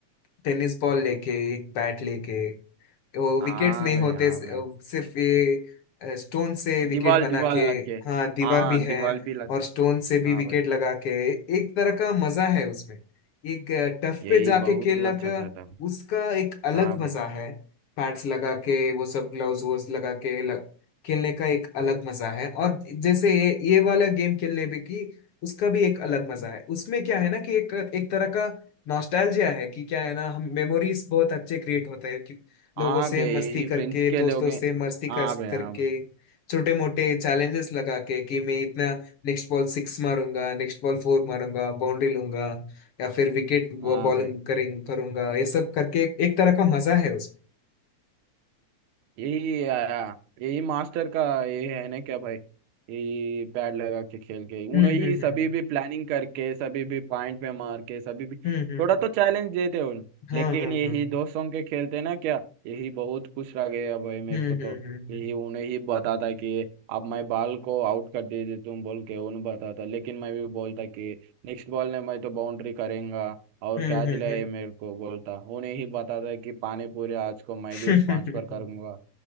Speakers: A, on the left; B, on the right.
A: टेनिस बॉल लेके एक बैट लेके वो
B: हाँ
A: विकेट्स नहीं
B: भाई
A: होते
B: हाँ
A: स-
B: भाई
A: अ, सिर्फ ये स्टोन से विकेट
B: दीवार
A: बना
B: दीवार
A: के
B: लग के
A: हाँ दीवार
B: हाँ
A: भी है
B: दीवार भी लग
A: और स्टोन से भी
B: हाँ
A: विकेट
B: भाई
A: लगा के एक तरह का मजा है उसमें एक टफ
B: यही
A: पे जाके
B: बहुत
A: खेलना
B: अच्छा
A: का
B: से आता है
A: उसका एक अलग
B: हाँ भाई
A: मजा है पैड्स लगा के वो सब ग्लव्स वोस लगा के ल, खेलने का एक अलग मजा है और जैसे ये ये वाला गेम खेलने पे की उसका भी एक अलग मजा है उसमें क्या है ना कि एक एक तरह का नॉस्टैल्जिया है कि क्या है ना हम मेमोरीज बहुत अच्छे क्रिएट होते हैं
B: हाँ
A: लोगों से
B: भाई
A: मस्ती
B: यही फ्रेंड्स
A: करके
B: के
A: दोस्तों
B: लिए हो गए
A: से मस्ती कर
B: हाँ भाई हाँ
A: करके
B: भाई
A: छोटे मोटे चैलेंजेस लगा के कि मैं इतना नेक्स्ट बॉल सिक्स मारूंगा नेक्स्ट बॉल फोर मारूंगा बाउंड्री लूंगा या फिर विकेट
B: <laughs> हाँ
A: बॉलिंग
B: भाई
A: करें करूंगा ये सब करके एक, एक तरह का मजा है उसमें
B: यही आया यही मास्टर का ये है ना क्या भाई यही पैड लगा के खेल के
A: हम्म
B: उन्हें ही
A: हम्म
B: सभी भी प्लानिंग करके सभी भी पॉइंट पे मार के सभी भी
A: हम्म हम्म हम्म
B: थोड़ा
A: हम्म,
B: तो चैलेंज देते उन
A: हाँ
B: लेकिन
A: हाँ
B: यही
A: हाँ
B: दोस्तों के खेलते ना क्या यही बहुत खुश रह गया भाई मेरे
A: हम्म
B: को तो
A: हम्म हम्म
B: यही उन्हें ही बताता कि अब मैं बॉल को आउट कर दीजिए तुम बोल के उन्हें बताता लेकिन मैं भी बोलता कि नेक्स्ट बॉल में मैं तो बाउंड्री करेंगा और
A: हम्म
B: क्या दिलाए
A: हम्म हम्म।
B: मेरे को बोलता उन्हें ही बताता कि पानी पूरी आज को मैं भी
A: हम्म।
B: स्पॉन्सर करूंगा